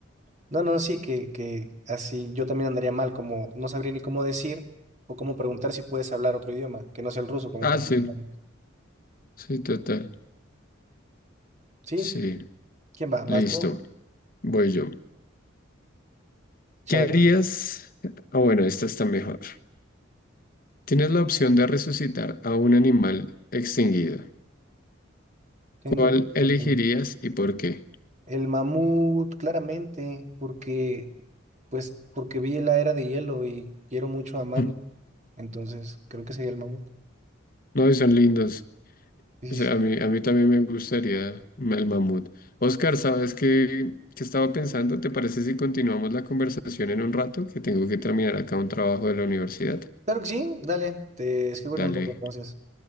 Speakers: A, on the right; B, on the left.
A: No, no, sí, que, que así yo también andaría mal, como no sabría ni cómo decir o cómo preguntar si puedes hablar otro idioma, que no sea el ruso, como
B: Ah,
A: para
B: sí,
A: entender.
B: sí, total.
A: ¿Sí?
B: Sí,
A: ¿Quién va? ¿Vas
B: listo,
A: tú?
B: voy yo.
A: Chabela.
B: ¿Qué harías? Ah, bueno, esta está mejor. Tienes la opción de resucitar a un animal extinguido.
A: Tengo
B: ¿Cuál
A: <laughs>
B: elegirías y por qué?
A: el mamut, claramente, porque, pues, porque vi la era de hielo y quiero mucho a Manny,
B: <laughs>
A: entonces creo que sería el mamut.
B: No, y son lindos.
A: Sí,
B: O
A: sí,
B: sea,
A: sí.
B: a mí, a mí también me gustaría el mamut. Oscar, ¿sabes qué, qué estaba pensando? ¿Te parece si continuamos la conversación en un rato? Que tengo que terminar acá un trabajo de la universidad.
A: Claro que sí, dale, te escribo
B: Dale,
A: en un poco entonces.